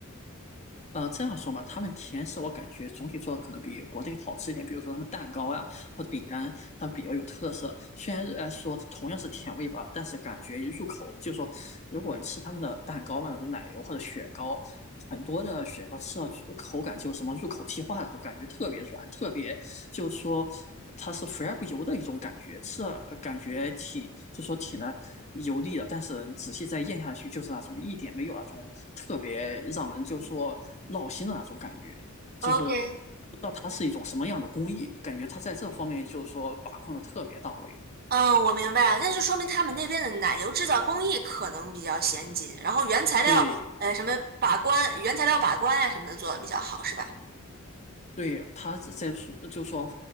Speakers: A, on the left; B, on the right.
A: 呃，这样说吧，他们甜食我感觉总体做的可能比国内好吃一点，比如说他们蛋糕呀或者饼干，他们比较有特色。虽然呃说同样是甜味吧，但是感觉一入口就是说，如果你吃他们的蛋糕嘛，那种奶油或者雪糕，很多的雪糕吃到口感就什么入口即化那种感觉，特别软，特别就说它是肥而不油的一种感觉，吃了呃感觉挺就说挺的油腻的，但是仔细再咽下去，就是那种一点没有那种特别让人就说闹心的那种感觉，就是
B: ？OK，
A: 不知道它是一种什么样的工艺，感觉它在这方面就是说把控的特别到位。
B: 嗯，我明白了，那就说明他们那边的奶油制造工艺可能比较先进，然后原材料，
A: 对，
B: 呃，什么把关，原材料把关呀、什么的做的比较好，是吧？
A: 对，他是在说，就说，